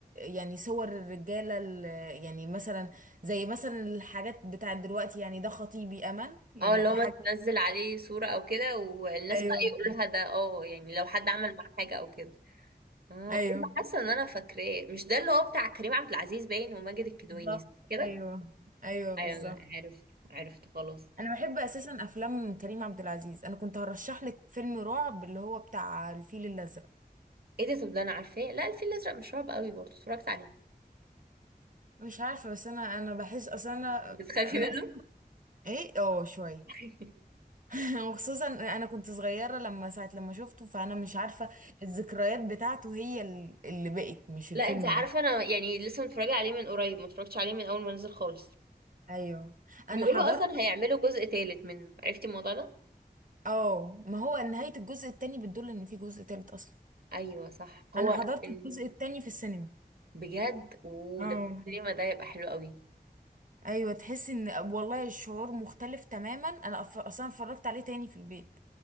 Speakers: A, on the right (about 55°); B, on the right (about 70°).
A: يعني صور الرجاله ال- يعني مثلا زي مثلا الحاجات بتاعت دلوقتي يعني ده خطيبي امل يعني
B: اه اللي هو ما
A: حاجه
B: تنزل عليه صورة او كده والناس
A: ايوه
B: بقى يقولوا لها ده اه يعني لو حد عمل معاه حاجة او كده اه
A: ايوه
B: ايوه حاسة ان انا فاكراه مش ده اللي هو بتاع كريم عبد العزيز باين وماجد الكدواني
A: بالظبط
B: صح كده
A: ايوه ايوه
B: ايوه
A: بالظبط
B: لا عرفت عرفت خلاص
A: انا بحب اساسا افلام كريم عبد العزيز انا كنت هرشح لك فيلم رعب اللي هو بتاع الفيل الازرق
B: ايه ده طب ده انا عارفاه لا الفيل الازرق مش رعب قوي برضه اتفرجت عليه
A: مش عارفه بس انا انا بحس اصلا انا
B: بتخافي
A: انا
B: منه
A: ايه اه شويه
B: <laughs>
A: <laughs> وخصوصا انا كنت صغيره لما ساعه لما شفته فانا مش عارفه الذكريات بتاعته هي ال- اللي بقت مش الفيلم
B: لا انت عارفه
A: نفسه
B: انا يعني لسه متفرجه عليه من قريب ما اتفرجتش عليه من اول ما نزل خالص
A: ايوه
B: بيقولوا
A: انا حضرت
B: اصلا هيعملوا جزء تالت منه عرفتي الموضوع ده
A: اه ما هو نهايه الجزء التاني بتدل ان في جزء تالت اصلا
B: ايوه صح هو
A: انا حضرت
B: ال-
A: الجزء التاني في السينما
B: بجد وده
A: اه
B: في السينما ده يبقى حلو قوي
A: ايوه تحس ان والله الشعور مختلف تماما انا أف- اصلا اتفرجت عليه تاني في البيت